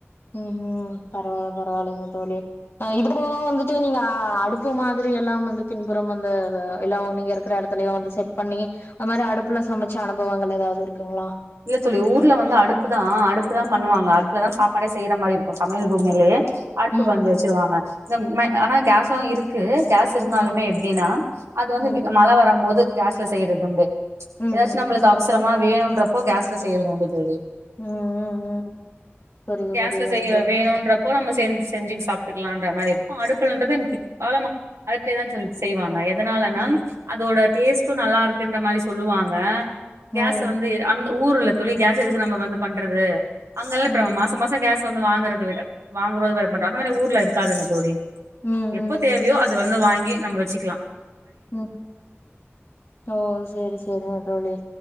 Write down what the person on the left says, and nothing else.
ம் ஹ்ம் பரவால்ல பரவால்லைங்க தோழி ஆ இதப்போ வந்துட்டு நீங்க ஆ அடுப்பு மாதிரி எல்லாம வந்து பின்புறம் வந்து எல்லா நீங்க இருக்கிற இடத்துலயோ வந்து செட் பண்ணி அந்த மாதிரி அடுப்புல சமைச்ச அனு போவாங்கல்ல ஏதாவ்து இருக்குங்ளா
ம்
ம்
ம்
ம்
ம் ம் ம்
ம் ம் ம் புரியுது
புரியுதுங்க
தோழி
ம்
ம்
ம்
ம் ம்
உம் ஓ சேரி செரிங் தோழி